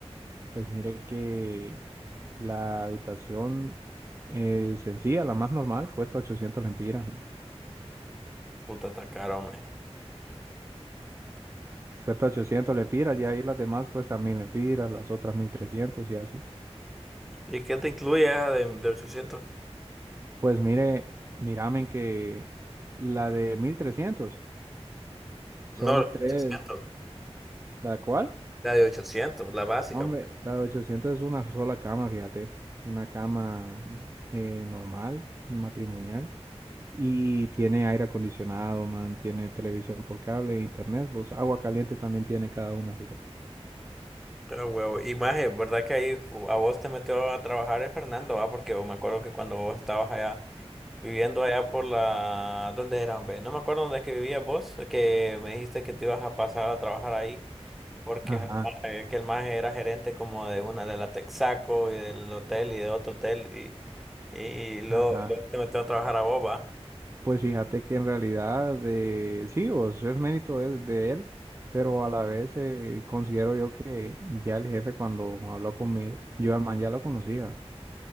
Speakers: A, on the right (about 25°); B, in the centre.
A: Pues mire que la habitación eh, sencilla, la más normal, cuesta 800 lempiras, man.
B: Puta, está caro, maje.
A: Cuesta 800 lempiras y ahí las demás cuestan 1000 lempiras, las otras 1300 y así.
B: ¿Y qué te incluye esa de, de 800?
A: Pues mire, miramen que la de 1300 son
B: No, la de
A: tres,
B: 800.
A: ¿la cual?
B: La de 800, la básica.
A: No, Hombre, la de 800 es una sola cama, fíjate. Una cama eh, normal, matrimonial. Y tiene aire acondicionado, man. Tiene televisión por cable, internet. Pues agua caliente también tiene cada una, fíjate.
B: Ah, huevo. Y más, es verdad que ahí fu- a vos te metió a trabajar el Fernando, ah, porque me acuerdo que cuando vos estabas allá, viviendo allá por la... ¿Dónde era, hombre? No me acuerdo dónde es que vivías vos, que me dijiste que te ibas a pasar a trabajar ahí, porque
A: Ajá,
B: ja- eh, que el más era gerente como de una de la Texaco y del hotel y de otro hotel, y, y luego,
A: ajá.
B: luego te metió a trabajar a vos, va.
A: Pues fíjate que en realidad eh, sí, o sea, es mérito de, de él, pero a la vez eh, considero yo que ya el jefe cuando habló conmigo, yo al man ya lo conocía.